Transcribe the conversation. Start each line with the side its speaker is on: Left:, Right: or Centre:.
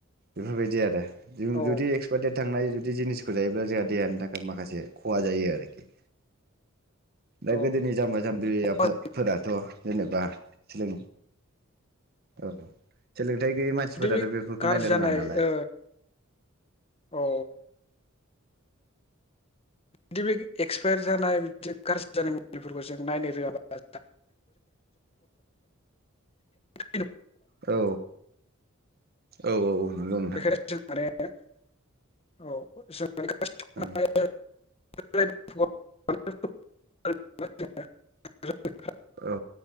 Right: बेफोरबायदि आरो जों
Left: औ
Right: जुदि एक्सपारडेट थांनाय जुदि जिनिसखौ जायोब्ला जोंह देहनि थाखाय माखासे खहा जायो आरोखि दा
Left: औ
Right: गोदोनि जाम्बा जाम्बिया
Left: औ
Right: फो फोराथ' जेनेबा सोलों औ सोलोंथाइ गैयै मानसिफोराथ'
Left: जुदि बे
Right: बेफोरखौ
Left: गाज्रि
Right: नायनो
Left: जानाय
Right: रोङा नालाय
Left: ओ औ बिदि बे एक्सपायार जानाय बिदिनो गाज्रि जानाय मबाइलफोरखौ जों नायनो रोङाबा <unintelligible>
Right: औ औ औ नंगौ नोंथां
Left: बेखायनो जों माने औ जों
Right: औ
Left: <unintelligible> <inaudible>
Right: औ